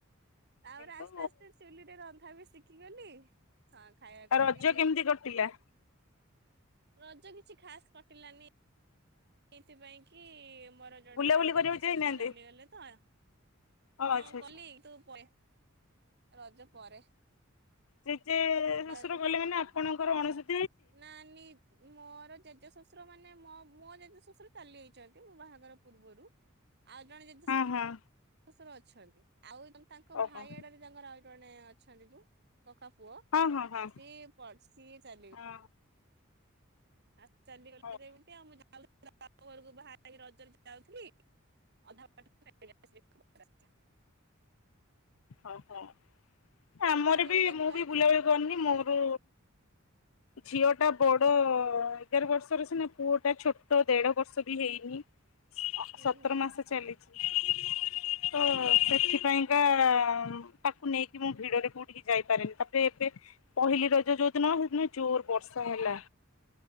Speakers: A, on the right; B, on the left.
A: ଆଉ
B: କିନ୍ତୁ
A: ଆସ୍ତେ ଆସ୍ତେ ଚଲିରେ ରନ୍ଧା ବି ଶିଖିଗଲି। ହଁ ଖାଇବାକୁ
B: ରଜ
A: ବି
B: କେମିତି କଟିଲା?
A: ରଜ କିଛି ଖାସ କ <unintelligible> ସେଇଥିପାଇଁ କି ମୋର ଜଣେ
B: ବୁଲାବୁଲି
A: ଜେଜେ
B: କରିବାକୁ
A: ଶଶୁର
B: ଯାଇନାହାନ୍ତି
A: ଚାଲିଗଲେ ତ।
B: ଓ
A: ହଁ
B: ଆଚ୍ଛା ଆଚ୍ଛା
A: <inaudible> ରଜ ପରେ
B: ଜେଜେ ଶ୍ୱଶୁର
A: ବାର
B: ଗଲେ ମାନେ ଆପଣ <unintelligible>
A: <inaudible> ମୋର ଜେଜେ ଶଶ୍ ଶଶୁର ମାନେ ମ ମୋ ଜେଜେ ଶ୍ୱଶୁର ଚାଲିଯାଇଛନ୍ତି ମୋ ବାହାଘର ପୂର୍ବରୁ। ଆଉ ଜଣେ ଜେଜେ।
B: ହଁ ହଁ
A: <inaudible> ଅଛନ୍ତି ଆଉ। ତାଙ୍କ
B: ଓହୋ
A: ଭାଇ ଆଡରେ ତାଙ୍କର <inaudible> ଅଛନ୍ତି <inaudible> କକା ପୁଅ
B: ହଁ ହଁ
A: ସିଏ ପ ସିଏ ଚାଲିଗ
B: ହଁ
A: <unintelligible>
B: ହଁ ହଁ
A: ବାପ ଘରକୁ <inaudible> ରଜରେ ଯାଉଥିଲି ଅଧା <unintelligible> <unintelligible>
B: ଓହୋ ଆମର
A: ବେକାର ହେଇଗଲେ
B: ବି ମୁଁ
A: ଗା
B: ବି ବୁଲାବୁଲି କରିନି ମୋର ଝିଅ ଟା ବଡ ଏଗାର ବର୍ଷର ସିନା ପୁଅ ଟା ଛୋଟ ଦେଢ ବର୍ଷ ବି ହେଇନି।
A: ହୁଁ
B: ସତର
A: ହୁଁ
B: ମାସ ଚାଲିଛି। ତ ସେଥିପାଇଁ। <inaudible> ତାକୁ ନେଇକି ମୁଁ ଭିଡରେ କୋଉଠିକି ଯାଇପାରେନି ତାପରେ ଏବେ ପହିଲି ରଜ ଯୋଉଦିନ ସେଦିନ ଜୋର ବର୍ଷା ହେଲା।